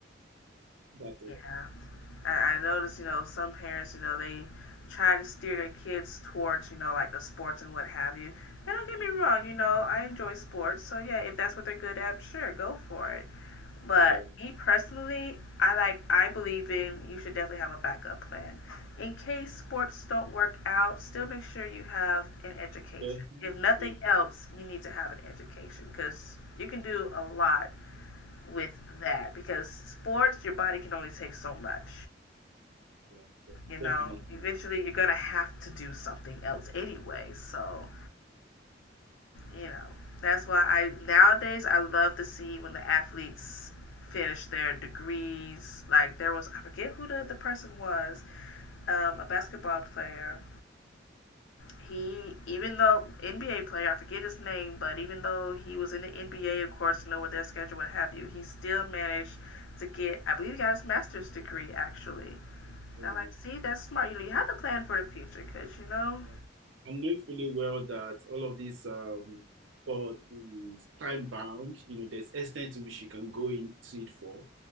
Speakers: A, on the right; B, on the left.
A: That
B: Yeah, I, I notice, you know, some parents, you know, they try to steer their kids towards, you know, like the sports and what have you. And don't get me wrong, you know, I enjoy sports, so yeah, if that's what they're good at, sure, go for it. But
A: uh, uh,
B: me personally, I like, I believe in you should definitely have a backup plan. In case sports don't work out, still make sure you have an education.
A: yeah,
B: If nothing
A: yeah,
B: else, you need to have an education because you can do a lot with that because sports, your body can only take so much
A: yeah,
B: you know,
A: definitely.
B: eventually you're gonna have to do something else anyway. So, you know, that's why I nowadays I love to see when the athletes finish their degrees. Like there was I forget who the, the person was, um, a basketball player. He even though NBA player, I forget his name, but even though he was in the NBA of course, you know with their schedule, what have you, he still managed to get I believe he got his master's degree actually.
A: Yeah.
B: And I'm like, see, that's smart. You know, you have to plan for the future because you know
A: I know fully well that all of these um sport is time bound. You know, there's extent to which you can go into it for.